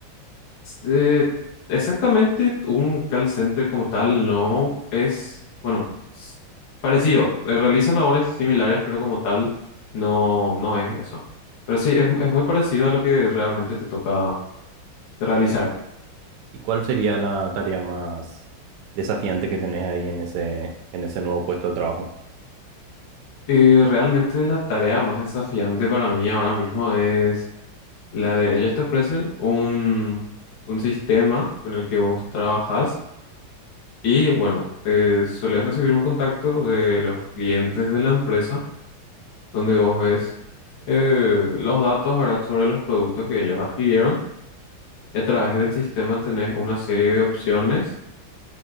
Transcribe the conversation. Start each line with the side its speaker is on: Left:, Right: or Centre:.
Left: Eh, exactamente, un call center como tal no es, bueno, s- parecido, eh, realiza labores similares,
Right: Mm.
Left: pero como tal no, no es eso. Pero sí, es, mu- es muy parecido a lo que realmente te toca realizar.
Right: ¿Y cuál sería la tarea más desafiante que tenés ahí en ese, en ese nuevo puesto de trabajo?
Left: Y realmente la tarea más desafiante para mí ahora mismo es la de, ellos te ofrecen un, un sistema con el que vos trabajas y bueno, eh, solés recibir un contacto de los clientes de la empresa donde vos ves eh, los datos, ¿verdad? sobre los productos que ellos adquirieron y a través del sistema tenés una serie de opciones